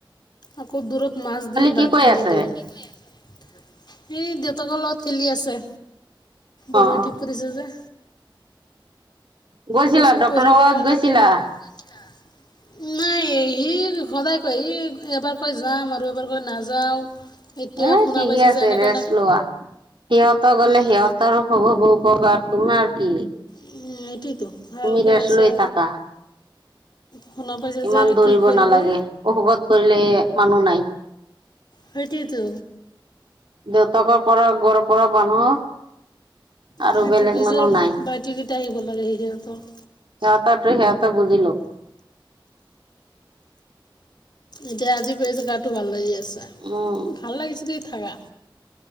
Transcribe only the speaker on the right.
কি
কৈ
আছে?
অ',
গৈছিলা
ডক্তৰৰ
লগত
গৈছিলা?
এ
ঠিকে
আছে,
ৰেষ্ট
লোৱা। সিহঁতৰ গ'লে,
সিহঁত তৰ <unintelligible> তোমাৰ কি?
তুমি
ৰেষ্ট
লৈ থাকা,
ইমান
দৌৰিব
নালাগে, অসুখত পৰিলে, মানুহ নাই।
দেউতাক পৰা, ঘৰৰ পৰা মানুহ, আৰু
বেলেগ
মানুহ
নাই।
সিহঁতৰটো, সেহঁতে বুজিলোঁ।
উম,